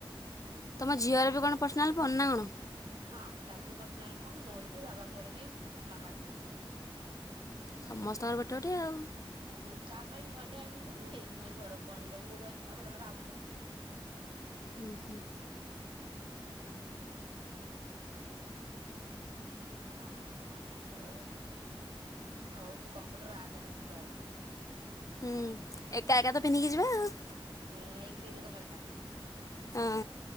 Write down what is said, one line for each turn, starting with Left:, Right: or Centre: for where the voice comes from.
Left: ତମ ଝିଅର ବି କଣ ପର୍ସନାଲ୍ ଫୋନ୍ ନା କଣ?
Right: ହଁ ତାର ବି ପର୍ସନାଲ୍ ଫୋନ୍ ମୋର ବି ବାବାଙ୍କର ବି ମାମାର ବି।
Left: ସମସ୍ତଙ୍କର ଗୋଟେ ଗୋଟେ ଆଉ।
Right: ଉଁ ତା ପାଇଁ ନୂଆଟେ ଆଇନେ ବୋଲି ମୁଁ ଏଇ ଘର ଫୋନଟାକୁ ମୁଁ ଧଇଲିି ବାବା ତାଙ୍କର ଆଉ ଗୋଟେ ଆଣିଲେ।
Left: ଉଁ ହୁଁ।
Right: ହୁଁ। ଅହୋ ହଉ ହଉ ତୁ କମ୍ପୁଟର ଆ ତାହେଲେ ଶୁକ୍ରବାରେ।
Left: ହୁଁ ଏକା ଏକା ତ ପିନ୍ଧିକି ଯିବା ଆଉ।
Right: ହୁଁ ଏଇ ଗ୍ରୀନ୍ କଲରଟା।
Left: ହଁ।